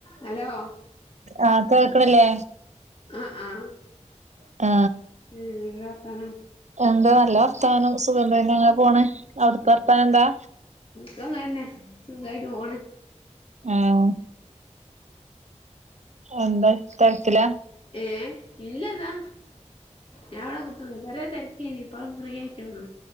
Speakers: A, on the left; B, on the right.
A: Hello
B: ആ കേൾക്കണല്ലേ
A: ആ ആ
B: ആ
A: മ് ന്താ വർത്താനം
B: എന്താ നല്ല വർത്താനം സുഖം അങ്ങനെ പോണ് അവിടുത്തെ വർത്താനം എന്താ
A: സുഖം തന്നെ സുഖായിട്ട് പോണ്
B: മ് എന്താ തെരക്കില
A: ഏ ഇല്ലതാ ഞാൻ അവിടെ കുത്ത വരെ തിരക്കേ ഇപ്പളും ഫ്രീ ആയിട്ടോള്ളു